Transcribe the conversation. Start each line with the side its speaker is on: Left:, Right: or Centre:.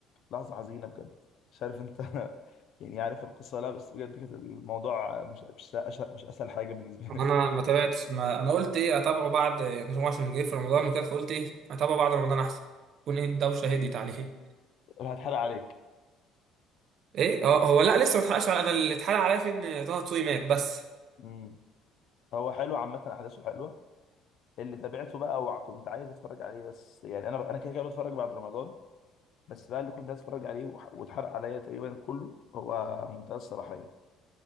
Left: لحظه حزينه بجد مش عارف انت <laughs> يعني عارف القصه لا بس بجد كانت الموضوع مش مش مش مش اسهل حاجه بالنسبه لي
Right: انا ما تابعتش ما انا قلت ايه اتابعه بعد نجم عشان جه في رمضان وكده فقلت ايه اتابعه بعد رمضان احسن يكون ايه الدوشه هديت عليه
Left: <laughs> أنا هتحرق عليك
Right: ايه اه هو لا لسه ما اتحرقش على انا اللي اتحرق عليا في ان طه دسوقي مات بس
Left: امم هو حلو عامه احداثه حلوه اللي تابعته بقى وكنت عايز اتفرج عليه بس يعني انا انا كده كده بتفرج بعد رمضان بس بقى اللي كنت عايز اتفرج عليه وح- واتحرق عليا تقريبا كله هو منتهى الصلاحيه